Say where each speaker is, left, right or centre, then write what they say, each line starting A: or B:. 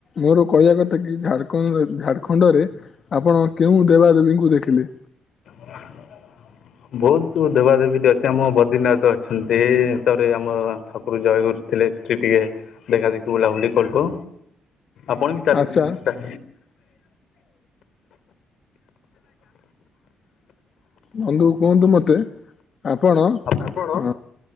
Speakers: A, on the left; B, on the left.
A: ମୋର କହିବା କଥା କି ଝାଡ କ ଝାଡଖଣ୍ଡରେ ଆପଣ କେଉଁ ଦେବାଦେବୀଙ୍କୁ ଦେଖିଲେ?
B: <unintelligible> ବହୁତ ଦେବାଦେବୀ <unintelligible> ସେ ଆମ ବଦ୍ରିନାଥ ଅଛନ୍ତି ତାପରେ ଆମ ଠାକୁର ଜୟଗୁୁର୍ ଥିଲେ ସେଇଠି ଟିକେ ଦେଖା ଦେଖି ବୁଲାବୁଲି କଲୁ। ଆପଣ ବି ଚାଲିଚି
A: ଆଚ୍ଛା
B: ତା
A: ବନ୍ଧୁ କୁହନ୍ତୁ ମତେ ଆପଣ
B: ଆପଣ
A: ଅଁ